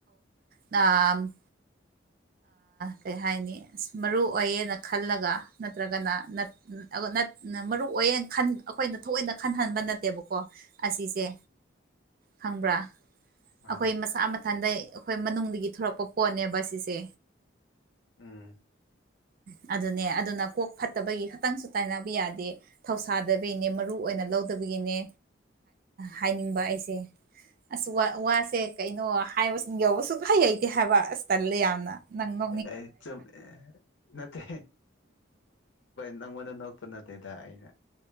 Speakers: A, on the right (about 45°); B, on the left (about 70°).
A: ꯇꯥꯝ ꯀꯩ ꯍꯥꯏꯅꯤ ꯑ ꯃꯔꯨ ꯑꯣꯏꯌꯦꯅ ꯈꯜꯂꯒ ꯅꯠꯇ꯭ꯔꯒꯅ ꯎ ꯑ ꯃꯔꯨꯑꯣꯌꯦ ꯑꯩꯈꯣꯏꯅ ꯊꯑꯣꯏꯅ ꯈꯟꯍꯟꯕ ꯅꯠꯇꯦꯕꯀꯣ ꯑꯁꯤꯁꯦ ꯈꯪꯕ꯭ꯔꯥ
B: ꯃꯥꯅꯤ
A: ꯑꯩꯈꯣꯏ ꯃꯁꯥ ꯃꯊꯟꯗ ꯑꯩꯈꯣꯏ ꯃꯅꯨꯡꯗꯒꯤ ꯊꯣꯔꯛꯄ ꯄꯣꯠꯅꯦꯕ ꯁꯤꯁꯦ
B: ꯎꯝ
A: ꯎ ꯑꯗꯨꯅꯦ ꯑꯗꯨꯅ ꯀꯣꯛ ꯐꯠꯇꯕꯒꯤ ꯈꯇꯪꯁꯨ ꯇꯥꯏꯅꯕ ꯌꯥꯗꯦ ꯊꯧꯁꯥꯗꯕꯒꯤꯅꯦ ꯃꯔꯨ ꯑꯣꯏꯅ ꯂꯧꯗꯕꯒꯤꯅꯦ ꯍꯥꯏꯅꯤꯡꯕ ꯑꯩꯁꯦ ꯑꯁ ꯋꯥꯁꯦ ꯀꯩꯅꯣ ꯍꯥꯏꯕꯁꯤꯡ ꯌꯧꯕꯁꯨ ꯍꯩ ꯍꯩꯇꯦ ꯍꯥꯏꯕ ꯑꯁ ꯇꯜꯂꯦ ꯌꯥꯝꯅ <unintelligible>
B: ꯑꯩ ꯆꯨꯝ ꯅꯠꯇꯦ ꯅꯪꯉꯣꯟꯗ ꯅꯔꯄ ꯅꯠꯇꯦꯗ ꯑꯩꯅ